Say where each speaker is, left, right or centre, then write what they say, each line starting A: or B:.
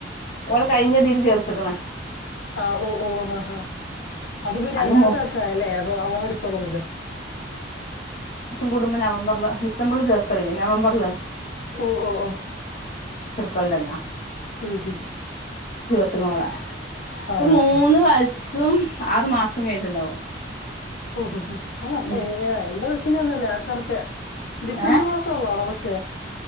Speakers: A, on the left; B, on the left.
A: ഓൾ കഴിഞ്ഞ ദില് ചേർ ത്ത്ക്ക്ണ്
B: ആഹ് ഓ ഓ ഹാ അതിപ്പോ
A: അന്ന്
B: രണ്ടാമത്തെ
A: മോ
B: വർഷ ആയല്ലേ അപ്പൊ അംഗംവാടി പോകുന്നത്?
A: കുടുംബ് നവംബറില് ഡിസംബറിൽ ചേർത്തൽ നവംബറില്
B: ഓ ഓ ഓ
A: കൾണ്ടല്ല
B: ഉം
A: ത്ത്നോള ഇപ്പൊ
B: ആഹ്
A: മൂന്ന് വയസും ആറു മാസം കഴിഞ്ഞിട്ടുണ്ടാവും
B: ഓഹോഹോ ആ
A: ഉം
B: എൻ എന്റെ- ചിനതന്നാ റക് ഡിസംബർ
A: ഏ
B: മാസൊള്ളാണോ കൊച്ച്